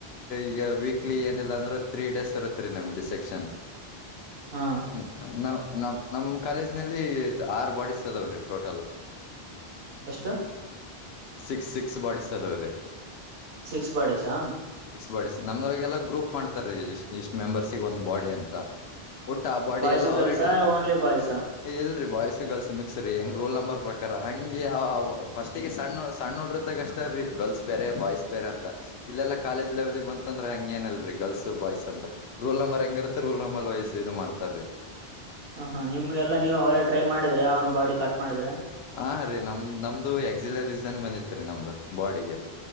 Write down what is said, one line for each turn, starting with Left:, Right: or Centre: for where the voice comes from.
Left: ಈಗ ವೀಕ್ಲಿ ಏನಿಲ್ಲ ಅಂದ್ರು ತ್ರೀ ಡೇಸ್ ಇರುತ್ರಿ ನಮಗೆ ಡಿಸ್ಸೆಕ್ಷನ್.
Right: ಹಾ
Left: ಹ್ಮ ನಾವು ನಮ್ ನಮ್ ಕಾಲೇಜ್ ನಲ್ಲಿ ಆರು ಬಾಡಿಸ್ ಅದಾವ್ರಿ ಟೋಟಲ್.
Right: ಎಷ್ಟು.
Left: ಸಿಕ್ಸ್ ಸಿಕ್ಸ್ ಬಾಡಿಸ್ ಅದಾವ್ರೀ.
Right: ಸಿಕ್ಸ್ ಬಾಡೀಸಾ.
Left: ಬಾಡಿಸ್ ನಮ್ದಗೆಲ್ಲ ಗ್ರೂಪ್ ಮಾಡ್ತಾರೀ ಇಷ್ಟ್ ಇಷ್ಟ್ ಮೆಂಬರ್ಸಿಗೆ ಒಂದ್ ಬಾಡಿ ಅಂತ. ಒಟ್ಟ ಆ ಬಾಡಿ
Right: ಬಾಯ್ಸ್
Left: ಎಲ್ಲ
Right: ಗರ್ಲ್ಸ್
Left: ಅವ್ರಡ್
Right: ಓನ್ಲಿ ಬಾಯ್ಸ್ ಹ
Left: ಇಲ್ರಿ ಬಾಯ್ಸ್ ಗರ್ಲ್ಸ್ ಮಿಕ್ಸ್ ರೀ ಹೆಂಗ್ ರೋಲ್ ನಂಬರ್ ಪ್ರಕಾರ ಹಂಗೆ ಫಸ್ಟಿಗೆ ಸಣ್ಣ ಸಣ್ಣ ಹುಡ್ರಿದ್ದಾಗ ಅಷ್ಟೇ ರೀ ಗರ್ಲ್ಸ್ ಬೇರೆ ಬಾಯ್ಸ್ ಬೇರೆ ಅಂತ. ಇಲ್ಲೆಲ್ಲ ಕಾಲೇಜ್ ಲೆವೆಲಿಗ್ ಬಂತಂದ್ರೆ ಹಂಗೇನಲ್ರಿ ಗರ್ಲ್ಸ್ ಬಾಯ್ಸ್ ಅಂತ ರೂಲ್ ನಂಬರ್ ಹೆಂಗಿರುತ್ತೆ ರೂಲ್ ನಂಬರ್ ವಯ್ಸ್ ಇದ್ ಮಾಡ್ತಾರೀ.
Right: ಹಾ ಹಾ ನಿಮ್ಗೆಲ್ಲಾ ನೀವು ಅವೆಲ್ಲ ಟ್ರೈ ಮಾಡಿದ್ರ ಯಾವನು ಬಾಡಿ ಕಟ್ ಮಾಡಿದ್ರ.
Left: ಹಾ ರೀ ನಮ್ದ್ ನಮ್ದು ಎಕ್ಸಿಲರೀಸನ್ ಬಂದಿತ್ರಿ ನಮ್ದು ಬಾಡಿಗೆ.